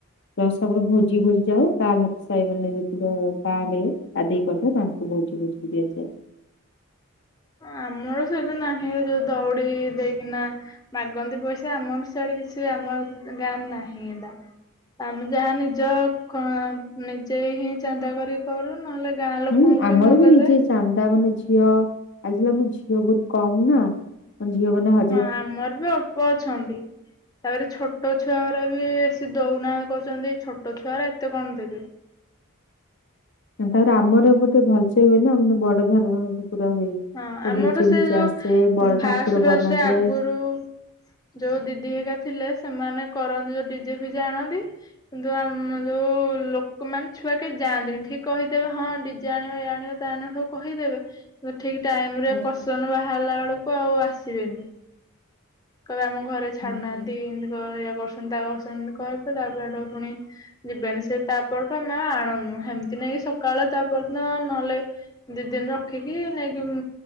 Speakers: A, on the left; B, on the left.
A: ଦଶମର ଭୋଜି ଭୋଜି ଯାଏ ତା ଲୋକ ସାଇ ମାନେ ଯେତିକ ପାଡେ ଆଦେଇ କଥା ତାଙ୍କୁ ଭୋଜି କରିକି ଦିଆଯାଏ।
B: ଆମର ସେଇଟା ନାହିଁ ଯୋଉ ଦଉଡି ଦେଇକିନା ମାଗନ୍ତି ପଇସା ଆମର ସିଆଡେ କିଛି ବି ଆମର ଗାଁ ରେ ନାହିଁ ଏଇଟା। ଆମେ ଯାହା ନିଜ କ ନିଜେ ହିଁ ଚାନ୍ଦା କରି କରୁ ନହେଲେ ଗାଁ ଲୋକଙ୍କୁ
A: ହୁଁ ଆମର
B: ବି ମଗାଯାଏ।
A: ନିଜେ ଚାନ୍ଦା ମାନେ ଝିଅ ଆଇଥିଲି ମୁ ଝିଅ ବହୁତ୍ କମ୍ ନା ମାନେ ଝିଅ ମାନେ ହା
B: ହଁ ଆମରବି ଅଳ୍ପ ଅଛନ୍ତି ତାପରେ ଛୋଟ ଛୁଆଅରା ବି ସିଏ ଦଉନାହାଁ କହୁଚନ୍ତି ଛୋଟ ଛୁଆରା ଏତେ କଣ ଦେବେ।
A: ତାପରେ ଆମର ବୋତେ ଭଲସେ ହୁଏନା ମାନେ ବଡ ଧରଣରେ ପୁରା ହୁଏ।
B: ହଁ ଆମର
A: ଡିଜେ
B: ସେଯୋଉ
A: ଫିଜେ ଆସେ ବଡ
B: ଫାଷ୍ଟେ
A: ଠାକୁର ବନାଯାଏ।
B: ଫାଷ୍ଟେ ଆଗରୁ ଯୋଉ ଦିଦି ହେକା ଥିଲେ ସେମାନେ କରନ୍ତି ଯୋଉ ଡିଜେ ଫିଜେ ଆଣନ୍ତି କିନ୍ତୁ ଆମ ଯୋଉ ଲୋକମାନେ ଛୁଆ କେହି ଯାଆନ୍ତିନି ଠିକ୍ କହିଦେବେ ହଁ ଡିଜେ ଆଣିବା ଇଏ ଆଣିବା ତାନା ସବୁ କହିଦେବେ ଠିକ୍ ଟାଇମରେ
A: ଆଚ୍ଛା।
B: ପସନ୍ ବାହାରିଲା ବେଳକୁ ଆଉ ଆସିବେନି। କହିବେ ଆମ ଘରେ ଛାଡ଼ୁନାହାନ୍ତି
A: ହୁଁ ହୁଁ
B: ଏମିତି କଇଁବ ଇଏ କରୁଚନ୍ତି ତା କରୁଛନ୍ତି କହିବେ ତାପରେ ଏଟାକୁ ଫୁଣି ଯିବେନି ସେ ତାପରଠୁ ଆମେ ଆଉ ଆଣୁନୁ ସେମିତି ନାଇକି ସକାଳ ତାପରଦିନ ନହେଲେ ଦି ଦିନି ରଖିକି ନେଇକି